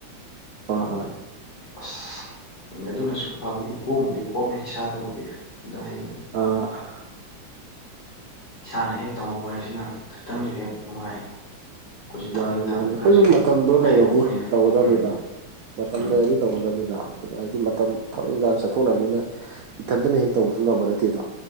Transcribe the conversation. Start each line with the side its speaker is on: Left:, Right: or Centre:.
Right: ꯍꯣꯏ
Left: ꯑꯗꯨꯅ
Right: ꯍꯣꯏ
Left: ꯑꯁ ꯑꯗꯨꯅꯁꯨ ꯐꯕꯨꯗꯤ ꯀꯣꯝꯕꯨꯗꯤ ꯀꯣꯝꯃꯦ ꯏꯁꯥꯗꯕꯨꯗꯤ ꯑꯗꯣ ꯍꯌꯦꯡ
Right: ꯑꯥ
Left: ꯏꯁꯥꯅ ꯍꯦꯛ ꯇꯧꯍꯧꯕ ꯍꯥꯏꯁꯤꯅ ꯈꯤꯇꯪꯁꯨ ꯍꯦꯛ ꯅꯨꯡꯉꯥꯏ ꯑꯩꯈꯣꯏꯁꯨ ꯊꯕꯛ
Right: ꯃꯥꯅꯤ
Left: ꯏꯪꯈꯥꯡꯗꯣ
Right: ꯃꯥꯅꯤ ꯑꯩꯈꯣꯏꯁꯨ
Left: ꯈꯔꯁꯨ ꯍꯦꯛ
Right: ꯃꯇꯝꯗꯣ ꯂꯩꯔꯗꯤ
Left: ꯍꯩꯍꯧꯕꯅꯤꯅ
Right: ꯇꯧꯒꯗꯕꯅꯤꯗ
Left: ꯎꯝ
Right: ꯃꯇꯝ
Left: ꯎꯝ
Right: ꯂꯩꯔꯗꯤ ꯇꯧꯒꯗꯕꯅꯤꯗ ꯑꯗꯨꯗ ꯍꯥꯏꯗꯤ ꯃꯇꯝ ꯊꯕꯛ ꯏꯟꯈꯥꯡ ꯆꯠꯊꯣꯛꯅꯕꯅꯤꯅ ꯏꯊꯟꯇꯅ ꯍꯦꯛ ꯇꯧꯕꯁꯨ ꯉꯝꯕ ꯅꯠꯇꯦꯗꯣ